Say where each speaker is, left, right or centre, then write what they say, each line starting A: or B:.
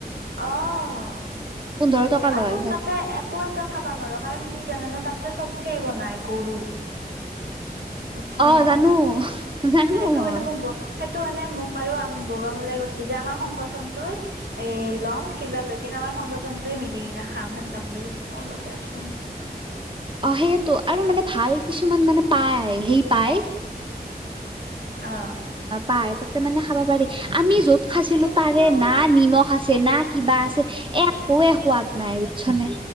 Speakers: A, on the right (about 85°); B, on the right (about 30°).
A: অ'
B: পোন্ধৰ টকা লয়
A: আৰু তাতে এক আকো এটা খাবা নোৱাৰো কাৰণ কি জানোনে তাততে চব সেই বনাই গৰু, বুজছানে
B: অ' জানো জানো
A: সেইটো
B: মই।
A: কাৰণে মোক সেইটো কাৰণে মোক আৰু বগামলাই, গৈছে যে আমাৰ সংগঠনটো এ ল'ম কিবা লৈ কিনে আমাৰ সংগঠনটোয়ে মিলি কিনি খাম শান বুলি কৈ দেচোন
B: অ' সেইয়টো আৰু মানে ভাল কিছুমান মানে পায় সেই পায়
A: অ
B: পাই তাতে মানে খাব পাৰি আমি যত খাইছিলো
A: কিন্তু
B: তাতে নাথ নিমখ, আছে না কিবা আছে একোৱে সোৱাদ নাই বুজিছানে